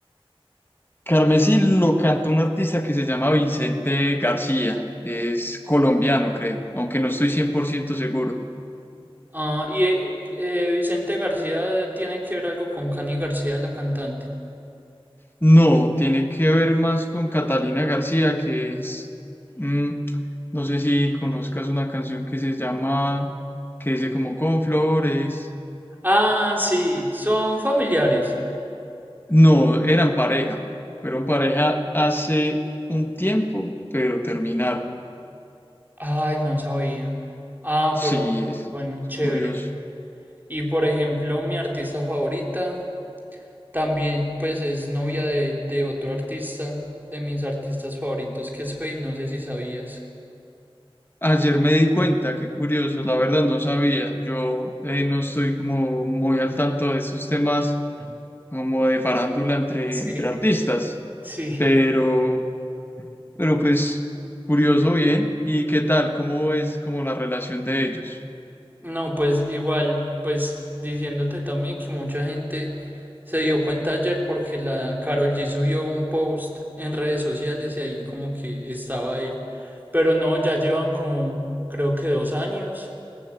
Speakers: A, on the left (about 20°); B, on the right (about 20°).
A: Carmesí lo canta un artista que se llama Vicente García, es colombiano creo, aunque no estoy 100% seguro.
B: Ah, y eh, eh, Vicente García tiene que ver algo con Cani García, la cantante.
A: No, tiene que ver más con Catalina García, que es, mm, no sé si conozcas una canción que se llama, que dice como con flores.
B: Ah, sí, son familiares.
A: No, eran pareja. Fueron pareja hace un tiempo, pero terminaron.
B: Ay, no sabía. Ah,
A: Sí,
B: pero
A: es
B: bueno, chévere.
A: curioso.
B: Y por ejemplo, mi artista favorita también, pues es novia de, de otro artista, de mis artistas favoritos, que es Feid, no sé si sabías.
A: Ayer me di cuenta, qué curioso, la verdad no sabía. Yo eh, no estoy como muy al tanto de estos temas como de farándula entre,
B: Sí,
A: entre artistas,
B: <laughs> sí.
A: pero, pero pues curioso bien. ¿Y qué tal? ¿Cómo es como la relación de ellos?
B: No, pues igual, pues diciéndote también que mucha gente se dio cuenta ayer porque la Karol G subió un post en redes sociales y ahí como que estaba él. Pero no, ya llevan como creo que dos años.